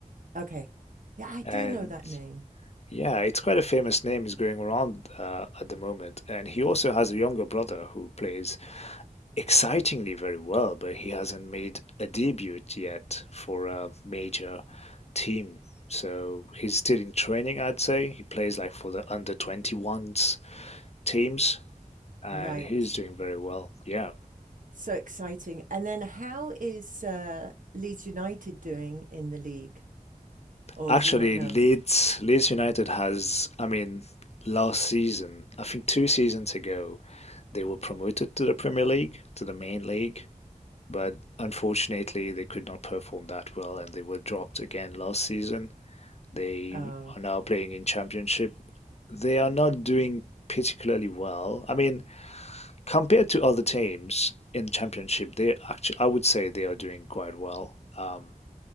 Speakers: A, on the right; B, on the left.
A: Okay. Yeah, I do
B: And
A: know that name.
B: yeah, it's quite a famous name is going around uh, at the moment. And he also has a younger brother who plays excitingly very well, but he hasn't made a debut yet for a major team. So he's still in training, I'd say. He plays like for the under 21s teams, and
A: Right.
B: he's doing very well. Yeah.
A: So exciting. And then how is uh, Leeds United doing in the league? Or
B: Actually,
A: do you not know?
B: Leeds Leeds United has, I mean, last season, I think two seasons ago, they were promoted to the Premier League, to the main league, but unfortunately, they could not perform that well and they were dropped again last season. They
A: Oh.
B: are now playing in Championship. They are not doing particularly well. I mean, compared to other teams in Championship, they actually, I would say they are doing quite well. Um,